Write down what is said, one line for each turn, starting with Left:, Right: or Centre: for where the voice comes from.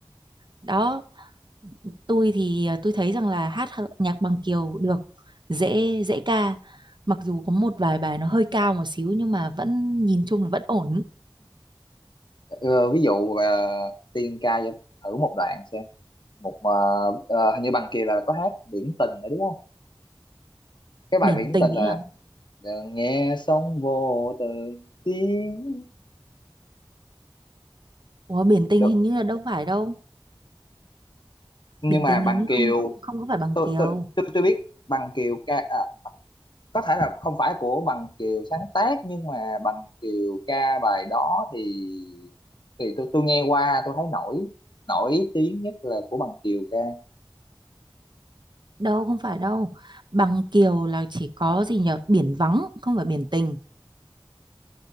Right: đó tôi thì à, tôi thấy rằng là hát hợ- nhạc bằng kiều được dễ dễ ca mặc dù có một vài bài nó hơi cao một xíu nhưng mà vẫn nhìn chung là vẫn ổn
Left: Ờ, ví dụ ờ, tiên ca cho thử một đoạn xem một ờ, ờ, hình như bằng kiều là có hát biển tình nữa đúng không cái bài
Right: biển
Left: biển
Right: tình
Left: tình
Right: ấy
Left: là
Right: hả
Left: đừng nghe sóng vô từ tiếng
Right: Ủa, biển tình
Left: Được.
Right: hình như là đâu phải đâu
Left: nhưng
Right: biển
Left: mà
Right: tình
Left: bằng
Right: hình như
Left: kiều
Right: không không không có phải bằng
Left: tôi
Right: kiều
Left: tôi tôi, tôi biết bằng kiều ca à, có thể là không phải của bằng kiều sáng tác nhưng mà bằng kiều ca bài đó thì thì tôi tôi nghe qua tôi thấy nổi nổi tiếng nhất là của bằng kiều ca
Right: đâu không phải đâu bằng kiều là chỉ có gì nhở biển vắng không phải biển tình